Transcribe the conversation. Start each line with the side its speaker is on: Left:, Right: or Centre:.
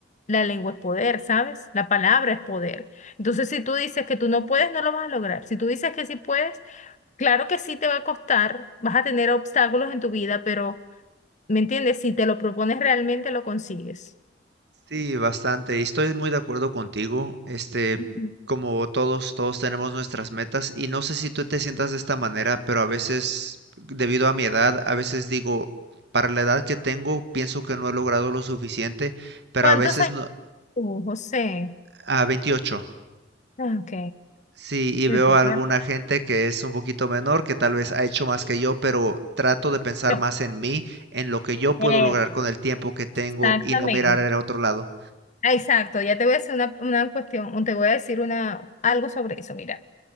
Left: la lengua es poder, ¿sabes? La palabra es poder. Entonces, si tú dices que tú no puedes, no lo vas a lograr. Si tú dices que sí puedes Claro que sí te va a costar, vas a tener obstáculos en tu vida, pero, ¿me entiendes? Si te lo propones realmente lo consigues.
Right: Sí, bastante. Y estoy muy de acuerdo contigo. Este,
Left: Ujú.
Right: como todos, todos tenemos nuestras metas. Y no sé si tú te sientas de esta manera, pero a veces, debido a mi edad, a veces digo, para la edad que tengo, pienso que no he logrado lo suficiente, pero
Left: ¿Cuántos
Right: a veces
Left: años
Right: no,
Left: tú, José?
Right: a veintiocho
Left: Ah, Ok,
Right: Sí, y
Left: te
Right: veo
Left: toca.
Right: a alguna gente que es un poquito menor, que tal vez ha hecho más que yo, pero trato de pensar
Left: <laughs> No,
Right: más en mí, en lo que yo puedo
Left: eh,
Right: lograr con el tiempo que tengo
Left: Exactamente.
Right: y no mirar al otro lado.
Left: Ah, Exacto, ya te voy a hacer una, una cuestión, o te voy a decir una, algo sobre eso. Mira,